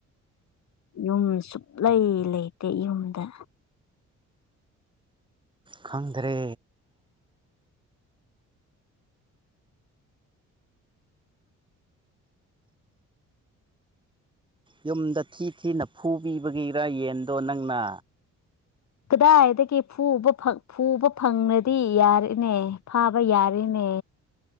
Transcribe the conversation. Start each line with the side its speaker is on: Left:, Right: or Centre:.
Left: ꯌꯨꯝ ꯁꯨꯛꯂꯩ ꯂꯩꯇꯦ ꯌꯨꯝꯗ
Right: ꯈꯪꯗ꯭ꯔꯦ ꯌꯨꯝꯗ ꯊꯤ ꯊꯤꯅ ꯐꯨꯕꯤꯕꯒꯤꯔꯥ ꯌꯦꯟꯗꯣ ꯅꯪꯅ
Left: ꯀꯗꯥꯏꯗꯒꯤ ꯐꯨꯕ ꯐꯪ ꯐꯨꯕ ꯐꯪꯂꯗꯤ ꯌꯥꯔ‌ꯦꯅꯦ ꯐꯥꯕ ꯌꯥꯔ‌ꯦꯅꯦ